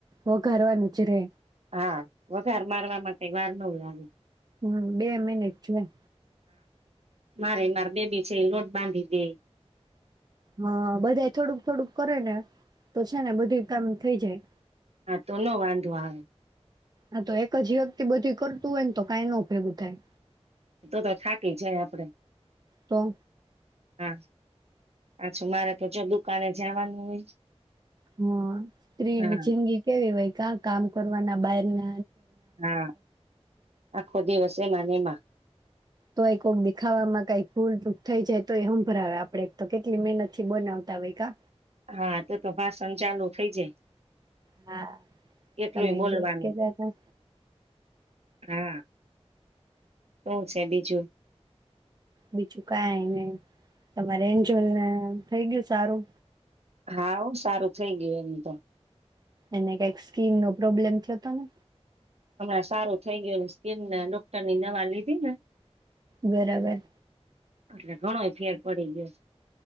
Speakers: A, on the right; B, on the right.
A: વઘારવવાનું જ રે.
B: હા વઘાર મારવામાં કાઈ વાર ન લાગે.
A: હમ્મ બે મિનિટ જોઈ.
B: મારેય માર બેબી છે ઈ લોટ બાંધી દેય.
A: હા બધાય થોડુંક-થોડુંક કરે ને તો છે ને બધુંય કામ થઈ જાય.
B: હા તો ન વાંધો આવે.
A: આ તો એક જ વ્યક્તિ બધી કરતું હોય ને તો કાઈ ન ભેગું થાય.
B: તો તો થાકી જાય આપડે
A: તો
B: હા. પાછું મારે તો જો દુકાને જાવાનું હોય
A: હા સ્ત્રીની
B: હા
A: જિંદગી કેવી હોય કા કામ કરવાના બાઈરના.
B: હા આખો દિવસે એમાં ને એમાં.
A: તોયે કોકે ડી ખાવામાં કય ભૂલચૂક થાઈ જાય તોયે હભળાવે આપડે કેટલી મહેનતથી બનાવતા હોય કા.
B: હા તો તો ભાષણ ચાલુ થઇ જ
A: હા
B: એટલુંય
A: તમે એક
B: બોલવાનું
A: દિવસ કેતા હતા
B: હા. શું છે બીજું.
A: બીજું કાંઈ નય તમારે એન્જોલ ને થઈ ગયું સારું.
B: હા હો સારું થઈ ગયું એનું તો
A: એને કઈ સ્કીન નો પ્રોબ્લેમ થતો ને
B: હમણાં સારું થઈ ગયુ સ્કીિનના ડોક્ટરની દવા લીધી ને
A: બરાબર
B: એટલે ઘણોયે ફેર પડી ગયો